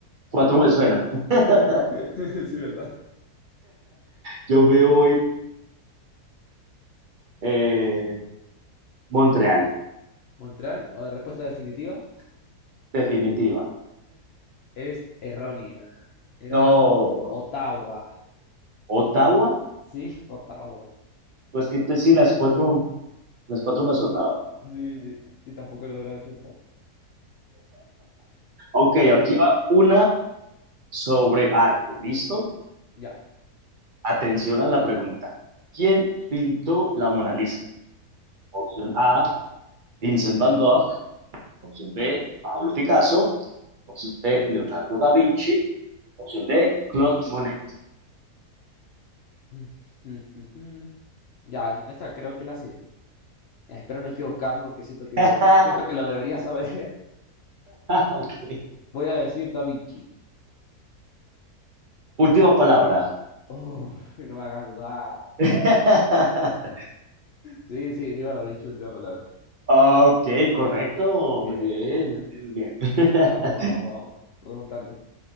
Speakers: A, on the right; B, on the left.
A: Cuatro me suena. <laughs>
B: <laughs> Sí, ¿verdad?
A: Yo me voy eh, Montreal,
B: Montreal, o de respuesta definitiva,
A: definitiva.
B: es errónea. Era
A: No,
B: Ottawa.
A: Ottawa.
B: Sí, Ottawa.
A: Pues que pues sí, las cuatro, las cuatro me han sonado.
B: Sí, sí. Y tampoco lo hubiera chuntar.
A: Ok, aquí va una sobre arte, ¿listo?
B: Ya.
A: Atención a la pregunta. ¿Quién pintó la Mona Lisa? Opción A, Vincent Van Gogh. Opción B, Pablo Picasso. Opción C, Leonardo da Vinci. Opción D, Claude Monet.
B: <laughs> Ya, esta creo que la sé. Espero no equivocarme porque siento que,
A: <laughs>
B: siento que lo debería saber. <laughs>
A: Ok.
B: Voy a decir Da Vinci.
A: Última palabra.
B: Oh, no me hagas dudar.
A: <laughs>
B: Sí, sí, digo Da Vinci, última palabra.
A: Ah, Ok, correcto.
B: Bien.
A: Muy bien, muy bien, muy bien. <laughs>
B: Vamos, vamos, vamos. Remontando.